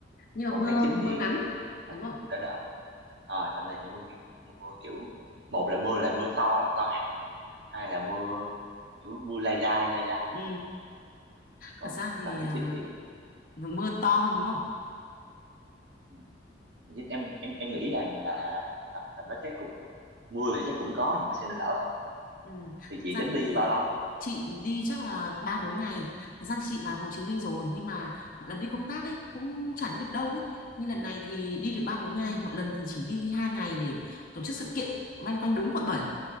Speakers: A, on the left; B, on the right.
A: nhưng
B: còn
A: mà mưa
B: tháng 9
A: mưa
B: thì
A: ngắn
B: chắc
A: đúng
B: là cũng
A: không?
B: đỡ đỡ Ờ, tầm này thì mưa ngắn mưa kiểu một là mưa là mưa to là to hẳn hai là mưa kiểu mưa lai dai lai dai
A: Ừ,
B: còn
A: thật ra thì
B: tầm tháng
A: à,
B: 9 thì
A: mưa to hơn đúng không?
B: ừ, em em em nghĩ là là, là tầm tầm đó chắc cũng mưa thì chắc cũng có nhưng mà sẽ đỡ hơn
A: Ừ,
B: thì
A: thật
B: chị
A: ra
B: tính
A: thì
B: đi bao lâu
A: chị đi chắc là 3 4 ngày. Thật ra thì chị vào Hồ Chí Minh rồi nhưng mà mọi lần đi công tác ấy cũng chả đi được đâu ấy. Như lần
B: ừ.
A: này thì đi được 3 4 ngày, mọi lần thì chỉ đi hai ngày để tổ chức sự kiện loanh quanh đúng quận bảy